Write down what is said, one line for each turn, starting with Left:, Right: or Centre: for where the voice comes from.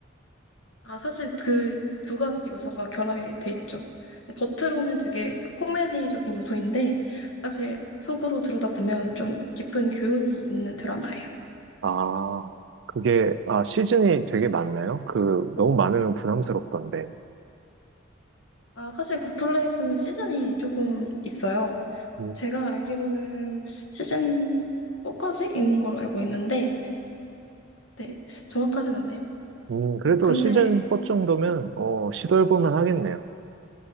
Left: 아, 사실 그 두 가지 요소가 결합이 돼 있죠. 겉으로는 되게 코미디적인 요소인데, 사실 속으로 들여다보면 좀 깊은 교훈이 있는 드라마예요.
Right: 아, 그게, 아, 시즌이 되게 많나요? 그, 너무 많으면 부담스럽던데.
Left: 아, 사실 굿플레이스는 시즌이 조금 있어요.
Right: 음,
Left: 제가 알기로는 시즌 4까지 있는 걸로 알고 있는데, 네, 정확하진 않네요.
Right: 음, 그래도
Left: 어, 근데,
Right: 시즌 4 정도면, 어, 시도해보면 하겠네요.